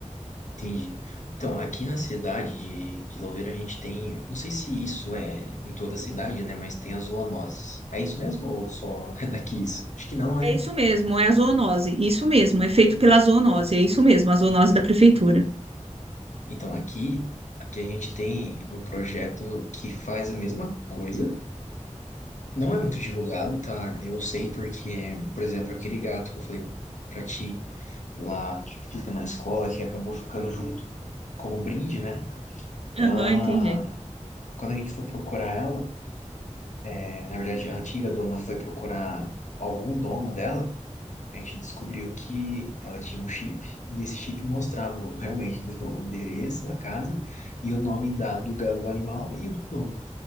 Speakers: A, on the left; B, on the right.
A: entendi. Então, aqui na cidade de, de Louveira a gente tem, não sei se isso é em toda a cidade, né? Mas tem as zoonoses. É isso mesmo ou só <laughs> é daqui isso? Acho que não, né?
B: É isso mesmo, é a zoonose. Isso mesmo, é feito
A: E-
B: pela zoonose. É isso mesmo, a zoonose da prefeitura.
A: Então, aqui, aqui a gente tem um projeto que faz a mesma coisa, Não é muito divulgado, tá? Eu sei porque, por exemplo, aquele gato que eu falei pra ti lá, que fica na escola, que acabou ficando junto como brinde, né? Ela,
B: Aham, entendi.
A: quando a gente foi procurar ela, é, na verdade, a antiga dona foi procurar algum dono dela, a gente descobriu que ela tinha um chip, e esse chip mostrava realmente, tipo, o endereço, a casa e o nome da, do, ga- do animal e do dono.